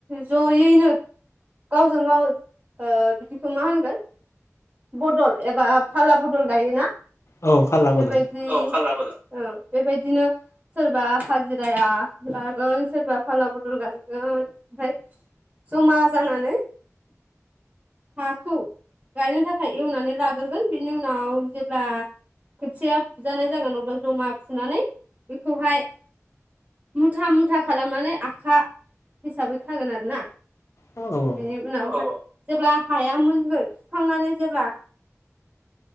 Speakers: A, on the right (about 30°); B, on the left (about 60°).
A: जयैनो गावजों गाव ओ बिदिखौ मा होनगोन बदल एबा फाला बदल गायोना
B: औ फाल्ला
A: बेबायदि
B: बदल
A: औ फाला बद औ बेबायदिनो सोरबा हाजिराया लागोन सोरबा फाला बदल गायगोन ओमफाय जमा जानानै हाखौ गायनो थाखाय एवनानै लाग्रोगोन बिनि उनाव जेब्ला खोथिया फुजानाय जागोन अब्ला जमा फुनानै बेखौहाय मुथा मुथा खालामनानै आखा हिसाबै खागोन आरो ना
B: औ औ
A: बिनि उनावहाय जेब्ला हाया मोनगोन सुखांनानै जेब्ला